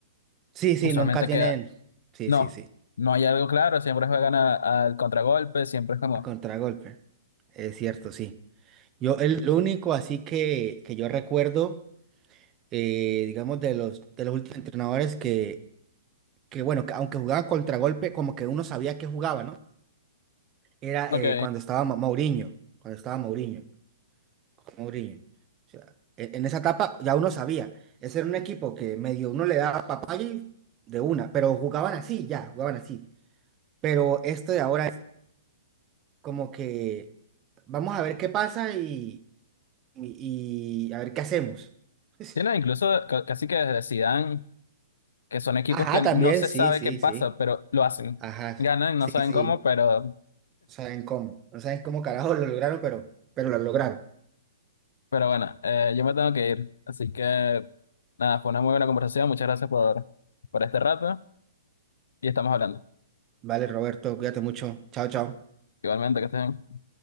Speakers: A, on the right (about 20°); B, on the left (about 85°).
A: Sí, sí,
B: usualmente
A: nunca tienen.
B: queda,
A: Sí,
B: no,
A: sí, sí.
B: no hay algo claro, siempre juegan a- al contragolpe, siempre es como,
A: A contragolpe. Es cierto, sí. Yo, el lo único así que, que yo recuerdo, eh, digamos, de los, de los últimos entrenadores que, que, bueno, que aunque jugaban contragolpe, como que uno sabía que jugaba, ¿no? era
B: ok,
A: eh, cuando estaba Ma- Mourinho, cuando estaba Mourinho, con Mourinho. O sea, e- en esa etapa ya uno sabía, ese era un equipo que medio uno le daba papaya y de una, pero jugaban así, ya, jugaban así. Pero esto de ahora es como que vamos a ver qué pasa y, y, y a ver qué hacemos. <laughs>
B: tienen incluso ca- casi que desde Zidane, que son equipos
A: Ajá,
B: que
A: también,
B: no se
A: sí,
B: sabe
A: sí,
B: qué pasa,
A: sí.
B: pero lo hacen,
A: Ajá,
B: ganan, no
A: sí,
B: saben
A: sí.
B: cómo, pero,
A: No saben cómo, no saben cómo carajo lo lograron, pero, pero lo lograron.
B: pero bueno, eh, yo me tengo que ir, así que nada, fue una muy buena conversación, muchas gracias por, por este rato y estamos hablando.
A: Vale, Roberto, cuídate mucho. Chao, chao.
B: Igualmente, que estén.